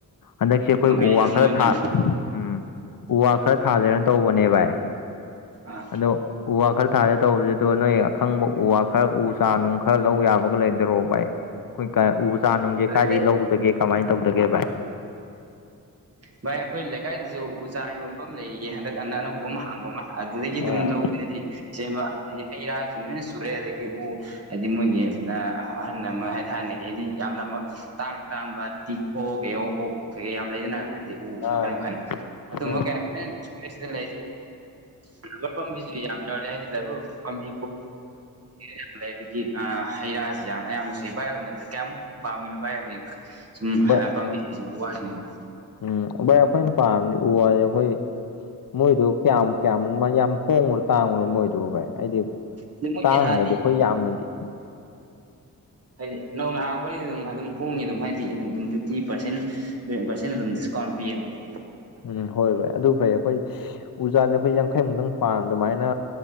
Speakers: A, on the left; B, on the right.
A: ꯍꯟꯗꯛꯁꯦ ꯑꯩꯈꯣꯏ
B: ꯀꯩ
A: ꯎ ꯋꯥ
B: ꯍꯪꯉꯣꯏ
A: ꯈꯔ
B: ꯚꯥꯏ
A: ꯊꯥ ꯎꯝ ꯎ ꯋꯥ ꯈꯔ ꯊꯥꯖꯦꯅ ꯇꯧꯕꯅꯦ ꯚꯥꯏ
B: ꯑꯥ
A: ꯑꯗꯣ ꯎ ꯋꯥ ꯈꯔ ꯊꯥꯖꯦ ꯇꯧꯕꯁꯤꯗꯣ ꯅꯣꯏ ꯈꯪꯕ ꯎ ꯋꯥ ꯈꯔ ꯎ ꯆꯥ ꯅꯨꯡ ꯈꯔ ꯂꯧ ꯌꯥꯕꯒ ꯂꯩꯗꯔꯣ ꯚꯥꯏ ꯑꯩꯈꯣꯏ ꯀꯥꯏ ꯎ ꯆꯥ ꯅꯨꯡꯁꯦ
B: ꯂꯩ
A: ꯀꯥꯏꯗꯒꯤ
B: ꯂꯩ
A: ꯂꯧꯗꯒꯦ ꯀꯃꯥꯏꯅ ꯇꯧꯗꯒꯦ ꯚꯥꯏ
B: ꯚꯥꯏ ꯑꯩꯈꯣꯏ ꯂꯩꯀꯥꯏꯗꯁꯨ ꯎ ꯆꯥꯔ ꯌꯣꯟꯕ ꯑꯃ ꯂꯩꯌꯦꯌꯦ ꯍꯟꯗꯛ ꯑꯅ ꯑꯅꯧꯕ ꯑꯃ ꯑꯗꯨꯗꯒꯤ ꯑꯗꯨꯝ
A: ꯑꯥ
B: ꯂꯧꯗꯦꯗꯤ ꯁꯦꯝꯕ ꯍꯩ ꯔꯥꯁꯨ ꯂꯣꯏꯅ ꯁꯨꯔꯦ ꯑꯗꯒꯤ ꯎ ꯍꯥꯏꯗꯤ ꯃꯣꯏꯒꯤ ꯑꯍꯜ ꯑꯃ ꯊꯥꯏꯅꯒꯤ ꯍꯥꯏꯗꯤ ꯌꯥꯝꯅ ꯇꯥꯡ ꯇꯥꯡꯕ ꯇꯤꯛ ꯑꯣ ꯀꯩ ꯑꯣꯛ ꯀꯩꯀꯩ ꯌꯥꯝ ꯂꯩꯗꯅ ꯍꯥꯏꯗꯤ ꯎ ꯃꯈꯟ
A: ꯑꯥ
B: ꯃꯈꯜ ꯑꯗꯨꯃ
A: ꯎꯝ
B: ꯀꯌꯥꯔꯅꯦ ꯁꯤꯗ ꯂꯩ <unintelligible> ꯌꯥꯝ ꯌꯣꯂꯦ ꯍꯥꯏꯗꯤ ꯗꯥꯏꯕꯔ ꯄꯥꯝꯕꯤ ꯌꯥꯝ ꯂꯩ ꯑꯗꯒꯤ ꯑ ꯍꯩ ꯔꯥꯁꯤ ꯌꯥꯝ ꯑꯌꯥꯝꯅꯁꯨ ꯏꯐꯥꯏ ꯑꯣꯏꯅ ꯀꯌꯥꯃꯨꯛ ꯄꯥꯝꯃꯤꯅꯣ ꯚꯥꯏ ꯍꯧꯖꯤꯛ ꯁꯨꯝ
A: ꯚꯥꯏ
B: ꯄꯥꯝꯕꯤꯁꯤꯡꯁꯤꯕꯨ ꯎ ꯋꯥꯁꯤꯡꯁꯤꯕꯨ
A: ꯎꯝ ꯚꯥꯏ ꯑꯩꯈꯣꯏꯅ ꯄꯥꯝꯅꯤ ꯎ ꯋꯥꯗꯤ ꯑꯩꯈꯣꯏ ꯃꯣꯏꯗꯨ ꯀꯌꯥꯃꯨꯛ ꯀꯌꯥꯃꯨꯛ ꯌꯥꯝ ꯍꯣꯡꯉꯨꯔꯣ ꯇꯥꯡꯕ꯭ꯔꯣ ꯃꯣꯏꯗꯨꯕꯨ ꯚꯥꯏ ꯍꯥꯏꯗꯤ
B: ꯑꯗ ꯃꯣꯏꯗꯤ
A: ꯇꯥꯡꯉꯒꯗꯤ
B: ꯍꯥꯏꯗꯤ
A: ꯑꯩꯈꯣꯏ ꯌꯥꯝꯅꯗꯤ
B: ꯍꯥꯏꯗꯤ ꯅꯧꯅ ꯍꯥꯡꯉꯛꯄꯅꯤꯅ ꯑꯗꯨꯝ ꯑꯗꯨꯝ ꯍꯣꯡꯉꯦ ꯑꯗꯨꯝ ꯍꯥꯏꯗꯤ ꯑꯗꯨꯝ ꯐꯤꯐꯇꯤ ꯄꯥꯔꯁꯦꯟ ꯄꯔꯁꯦꯟ ꯑꯗꯨꯝ ꯗꯤꯁꯀꯥꯎꯟ ꯄꯤꯌꯦꯕ ꯑꯗꯨꯝ
A: ꯎꯝ ꯍꯣꯏ ꯐꯣꯏ ꯑꯗꯨ ꯐꯩ ꯑꯩꯈꯣꯏ ꯎꯖꯥꯁꯦ ꯑꯩꯈꯣꯏ ꯌꯥꯡꯈꯩꯃꯨꯛꯇꯪ ꯄꯥꯟ ꯑꯗꯨꯃꯥꯏꯅ